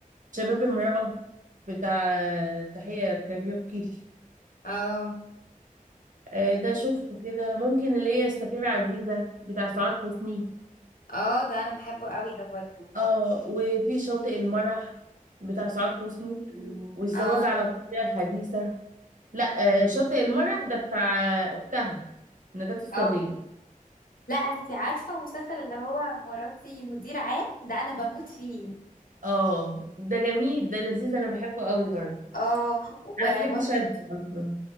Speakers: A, on the right; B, on the left.
A: شباب المرأة بتاع تحية كاريوكي
B: اه
A: آه، ده شفته كده ممكن اللي هي السفيرة عزيزة بتاع سعاد حسني
B: اه ده انا بحبه قوي ده برضو
A: اه وفي شاطئ المرح بتاع سعاد حسني مم. والزواج
B: اه
A: على الطريقة الحديثة لا آه، شاطئ المرح ده بتاع أختها نجاة الصغير
B: اه لا انتي عارفة المسلسل اللي هو مراتي مدير عام ده انا بموت فيه
A: اه ده جميل ده لذيذ انا بحبه قوي برضه
B: اه وبرضه
A: انا بحب شاب اصلا